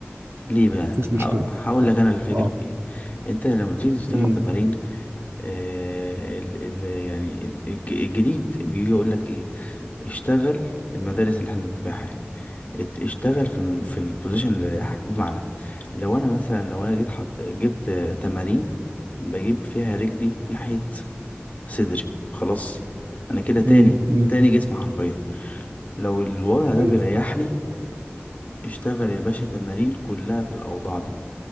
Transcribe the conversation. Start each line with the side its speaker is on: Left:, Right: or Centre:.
Left: ليه بقى
Right: ما فيهوش
Left: هق-
Right: مشكله
Left: هقول
Right: طيب
Left: لك انا الفكرة
Right: اه
Left: في ايه انت لما بتيجي تشتغل
Right: امم
Left: تمارين آه ال ال يعني ال- الج- الجديد بيجي يقول لك ايه اشتغل المدارس اللي احنا بنتبعها يعني ات- اشتغل في ال في البوزيشن اللي رايحك. بمعنى لو انا مثلا لو انا جيت حط جبت تمارين بجيب فيها رجلي ناحية صدري خلاص انا كده تاني
Right: امم امم
Left: تاني جسم حرفيا لو الوضع ده
Right: ايوه
Left: بيريحني اشتغل يا باشا تمارين كلها في الأوضاع دي